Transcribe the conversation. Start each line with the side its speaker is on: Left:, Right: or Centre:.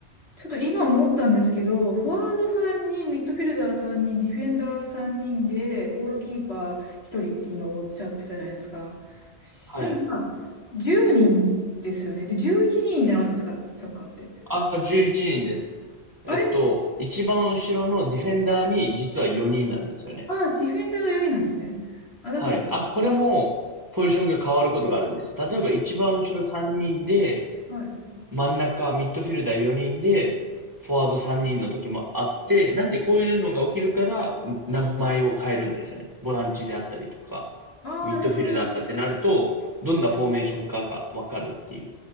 Left: ちょっと今思ったんですけど、フォワード3人、ミッドフィルダー3人、ディフェンダー3人で、ゴールキーパー1人って今おっしゃってたじゃないですか。したら、
Right: はい。
Left: 10人ですよね。で、11人じゃなかったですか、サッカーって。
Right: あ、11人です。えっと、
Left: あれ、
Right: 一番後ろのディフェンダーに実は4人なんですよね。
Left: ああ、ディフェンダーが4人なんですね。あ、だから、
Right: はい。あ、これもポジションが変わることがあるんです。例えば一番後ろ3人で、
Left: はい。
Right: 真ん中、ミッドフィルダー4人で、フォワード3人の時もあって、なんでこういうのが起きるから、名前を変えるんですよね。ボランチであったりとか、
Left: ああ、
Right: ミッドフィルダーってなると、
Left: じゃあそういう、
Right: どんなフォーメーションかがわかるっていう。